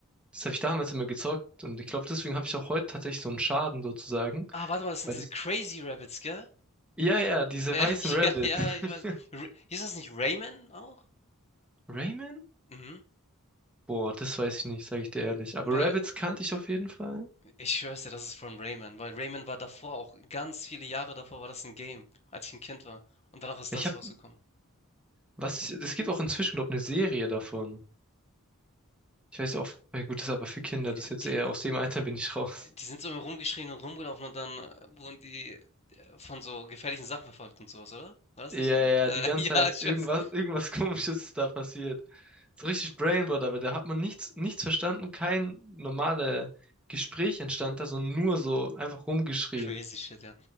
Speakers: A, in the centre; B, on the left (about 30°).
A: Das habe ich damals immer gezockt und ich glaube, deswegen habe ich auch heute tatsächlich so einen Schaden sozusagen.
B: Ah, warte mal, das sind
A: Weil
B: diese
A: das,
B: Crazy Rabbits, gell?
A: ja, ja, diese
B: Äh,
A: weißen
B: <laughs>
A: Rabbids.
B: ja, ja,
A: <laughs>
B: ja, ich weiß. R hieß das nicht Rayman auch?
A: Rayman?
B: Mhm.
A: Boah, das weiß ich nicht, sage ich dir ehrlich. Aber
B: Weil,
A: Rabbids kannte ich auf jeden Fall.
B: ich schwör's dir, das ist von Rayman, weil Rayman war davor auch, ganz viele Jahre davor war das ein Game, als ich ein Kind war. Und danach ist
A: Ich
B: das
A: habe,
B: rausgekommen.
A: was, ist- es gibt auch inzwischen, glaube ich, eine Serie davon. Ich weiß ja auch, ja gut, das ist aber
B: Äh,
A: für Kinder, das ist jetzt
B: die
A: eher
B: äh,
A: aus dem Alter bin ich raus.
B: die sind so immer rumgeschrien und rumgelaufen und dann, äh, wurden die, äh, von so gefährlichen Sachen verfolgt und sowas oder? War das
A: Ja,
B: nicht so?
A: ja,
B: Äh,
A: die ganze
B: <laughs> ja,
A: Zeit
B: ich
A: irgendwas,
B: weiß.
A: irgendwas <laughs> Komisches ist da passiert. So richtig Brainboard, aber da hat man nichts, nichts verstanden, kein normales Gespräch entstand da, sondern nur so einfach rumgeschrien.
B: Crazy shit, ja.